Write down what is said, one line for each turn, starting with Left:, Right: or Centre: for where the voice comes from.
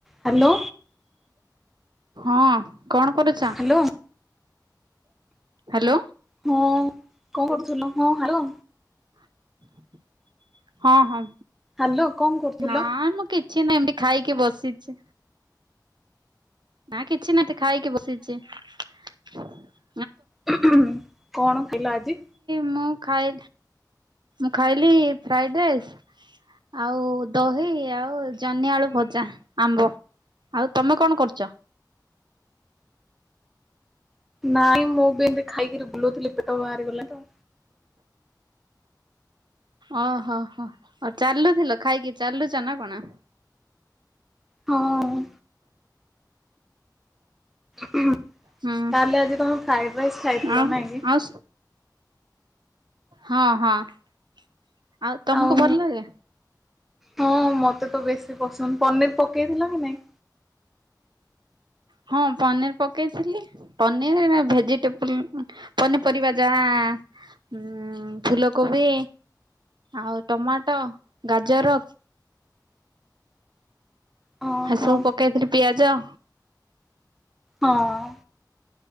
Centre: Hello
Right: ହଁ କଣ କରୁଛ
Centre: ହାଲୋ
Right: ହାଲୋ
Centre: ହଁ କଣ କରୁଥିଲ ହଁ ହାଲୋ
Right: ହଁ ହ ହ <unintelligible> ହଁ ହଁ
Centre: ହାଲୋ କଣ କରୁଥିଲ?
Right: ନା ମୁଁ କି ଛି ନି ଏମତି ଖାଇକି ବସିଛି ନା କି କିଛି ନାଇ ଏମିତି ଖାଇକି ବସିଛି ହଁ <inaudible>
Centre: ହୁଁ ହଁ କଣ ଖାଇଲ ଆଜି
Right: ମୁଁ ଖାଏ ମୁଁ ଖାଇଲି ଫ୍ରାଇଡ୍ ରାଇସ୍ ଆଉ ଦହି ଆଉ ଜହ୍ନିଆ ଆଳୁ ଭଜା ଆମ୍ବ ଆଉ ତମେ କଣ କରୁଛ
Centre: ନାଇଁ ମୁଁ ବି ଏମିତି ଖାଇକରି ବୁଲୁଥିଲି ପେଟ ବାହାରିଗଲା ତ
Right: ଓହୋ ହୋ ଆଉ ଚାଲୁଥିଲ ଖାଇକି ଚାଲୁଛ ନା କଣ
Centre: ହଁ ମୁଁ ତାହେଲେ
Right: ହୁଁ
Centre: ଆଜି ତମେ ଫ୍ରାଇଡ୍ ରାଇସ୍ ଖାଇଥିଲ
Right: ଆଉ
Centre: ନାଇଁ କି
Right: ଆଉ ହଁ ହଁ ତମକୁ
Centre: ଆଉ
Right: ଭଲ ଲାଗେ?
Centre: ହଁ ମତେ ତ ବେଶୀ ପସନ୍ଦ ପନିର ପକେଇଥିଲା ନା ନାଇଁ
Right: ହଁ ପନିର ପକେଇଥିଲି ପନିର ଭେଜିଟେବଲ ପନି ପରରିବା ଯାହା ଫୁଲକୋବି ଆଉ ଟମାଟୋ ଗାଜର
Centre: ହଁ
Right: ଏହି
Centre: ହଁ
Right: ସବୁ ପକେଇଥିଲି ପିଆଜ ଜା
Centre: ହଁ